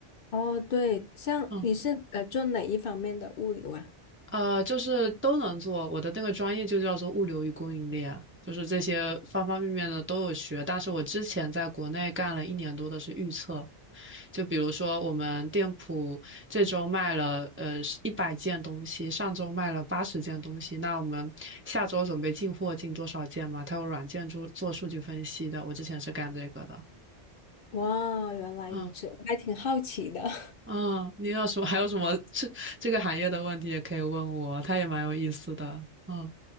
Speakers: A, on the left; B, on the right.
A: 哦，对，像你是呃做哪一方面的物流啊？
B: 嗯。呃，就是都能做。我的那个专业就叫做物流与供应链，就是这些方方面面的都有学。但是我之前在国内干了一年多的是预测，就比如说我们店铺这周卖了呃一百件东西，上周卖了八十件东西，那我们下周准备进货进多少件嘛？它有软件做做数据分析的，我之前是干这个的。
A: 哇，原来如此，
B: 嗯
A: 我还挺好奇的。<laughs>
B: 嗯，你有什么 <laughs> 还有什么这这个行业的问题也可以问我，他也蛮有意思的。嗯